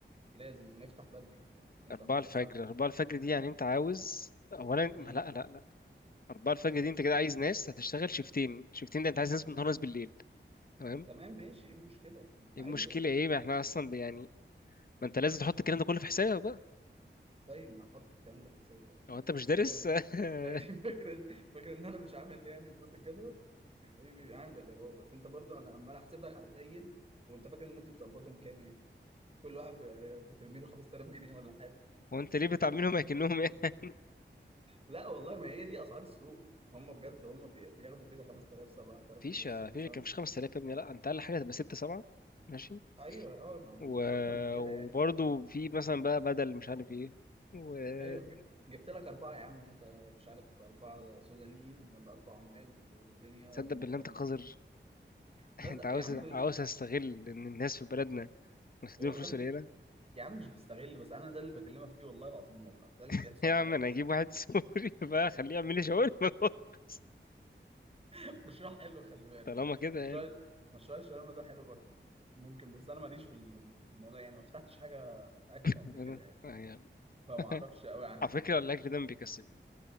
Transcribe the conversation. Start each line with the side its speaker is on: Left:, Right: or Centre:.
Right: لازم ونفتح بدري هنفتح
Left: 4
Right: مثلا
Left: الفجر
Right: الساعه
Left: 4 الفجر دي يعني أنت عاوز أولا ما
Right: مم.
Left: لا لا أربعة الفجر دي أنت كده عايز ناس هتشتغل شيفتين شيفتين ده أنت عايز ناس بالنهار ناس بالليل تمام
Right: تمام ماشي ايه المشكله ما
Left: إيه المشكلة
Right: ايوه
Left: إيه ما إحنا أصلا ب- يعني ما أنت لازم تحط الكلام ده كله في حسابك بقى
Right: طيب ما انا حاطط الكلام ده في حسابي طبعا
Left: لو أنت مش دارس
Right: انت فاكر فاكر
Left: <laughs>
Right: فاكر فاكر ان انا مش عامل يعني دراسه الجدوى يا حبيبي عامل يا بابا بس انت برضو انا عمال احسب لك على القليل وانت فاكر الناس دي بتقبضهم كام يعني كل واحد ب- بترمي له 5000 جنيه ولا حاجه
Left: هو أنت ليه بتعاملهم
Right: بترمي.
Left: أكنهم يعني
Right: لا والله ما هي دي اسعار السوق هم بجد هم بي- بياخدوا كده 5000 7000
Left: مفيش
Right: ونص
Left: مفيش
Right: مثلا
Left: كان مفيش 5000 يا ابني لا أنت أقل حاجة هتبقى ستة سبعة ماشي
Right: ايوه اه ما هو
Left: و...
Right: مش اكتر من كده
Left: وبرضه
Right: يعني
Left: في مثلا بقى بدل مش عارف إيه وتصدق
Right: ايوه ج- جبت لك اربعه يا عم انت مش عارف اربعه سودانيين ولا اربع عمال والدنيا
Left: بالله
Right: طب
Left: أنت قذر <laughs>
Right: مثلا
Left: أنت عاوز
Right: يا عم
Left: عاوز أستغل إن الناس في بلدنا مستدين
Right: والله
Left: فلوس قليلة
Right: يا عم مش بستغل بس انا ده اللي بكلمك فيه والله العظيم الواقع ده اللي
Left: <laughs>
Right: بيحصل
Left: يا
Right: بجد
Left: عم أنا أجيب واحد <laughs> سوري بقى أخليه يعمل لي شاورما <laughs>
Right: <laughs> مشروع حلو خلي بالك
Left: طالما كده
Right: مشروع
Left: يعني
Right: مشروع الشاورما ده حلو برضه ممكن بس انا ماليش في الموضوع يعني ما فتحتش حاجه اكل قبل
Left: بلد
Right: كده يعني
Left: يعني
Right: فما
Left: <laughs>
Right: اعرفش قوي عنه
Left: على فكرة الأكل ده ما بيكسبني